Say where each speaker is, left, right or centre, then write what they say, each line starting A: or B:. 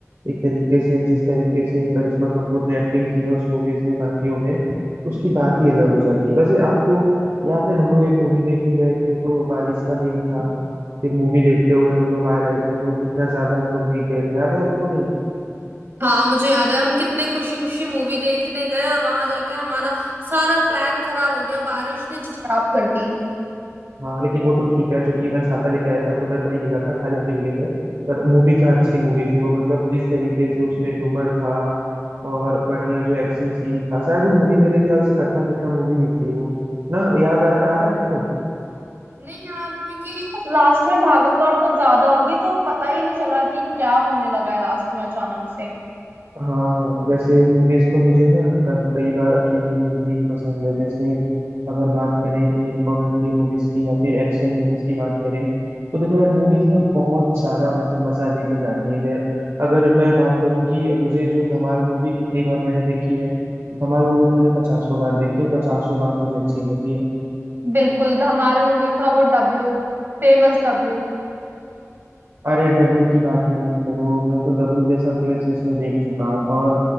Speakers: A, on the right; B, on the right.
A: एक तरीके से जिस तरीके से करिश्मा कपूर ने एक्टिंग की है उस मूवीज में बाकियों में उसकी बात ही अलग हो जाती है वैसे आपको याद है हम लोग एक मूवी देखने गए थे तो बारिश का दिन था फिर मूवी देखते हुए हम लोग आ रहे थे तो कितना ज्यादा हम लोग भीग गए थे याद है आपको वो दिन
B: हाँ मुझे याद है हम कितने खुशी खुशी मूवी देखने गए और वहां जाके हमारा सारा प्लान खराब हो गया बारिश ने च- खराब कर दी
A: हाँ लेकिन वो तो ठीक है जो कि मैं छाता लेके आया था तो मैं तो नहीं भीगा था खाली आप ही भीगे थे पर मूवी क्या अच्छी मूवी थी वो मतलब जिस तरीके से उसमें ह्यूमर था और बढ़िया जो एक्शन सीन था शायद वो मूवी मेरे ख्याल से खट्टा मीठा मूवी ही थी वो ना याद आ, आ रहा है आपको
B: नहीं यार क्योंकि लास्ट में भागम दौड़ कुछ ज्यादा होगी तो पता ही नहीं चला कि क्या होने लगा है लास्ट में अचानक से
A: हाँ हाँ वैसे मूवीज तो मुझे ना कब कई बार अकेले में देखनी भी पसंद है जैसे अगर बात करें ये कॉमेडी मूवीज की या फिर एक्शन मूवीज की बात करें तो देखो यार मूवीज ना बहुत ज्यादा मतलब मजा दे के जाती हैं जै अगर मैं बात करूँ कि मुझे जो धमाल मूवी कितनी बार मैंने देखी है धमाल मूवी तो मैंने पचासों बार देखी है पचासों बार मुझे अच्छी लगी है
B: बिल्कुल धमाल मूवी का वो डब्लू फेमस डब्लू
A: अरे डब्लू की बात ही मत करो मैं तो डब्लू जैसा पेड़ सच में देख चुका हूँ और